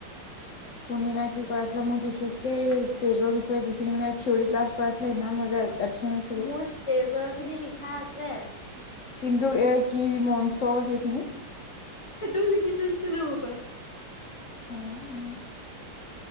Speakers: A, on the left; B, on the left.
A: কোনদিনা কি কৰাইছিলে, মোৰ বিশেষকে এই ষ্টেজৰ বিষয়ে যিখিনি মানে থিয়ৰী ক্লাছ কৰাইছিলে সেইদিনা মই যে এবচেণ্ট আছিলো
B: মোৰ ষ্টেজৰ খিনি লিখা আছে।
A: কিন্তু এ কি মঞ্চ সেইখিনি
B: সেইটোও লিখি থৈছিলো হপাই!
A: অ উম।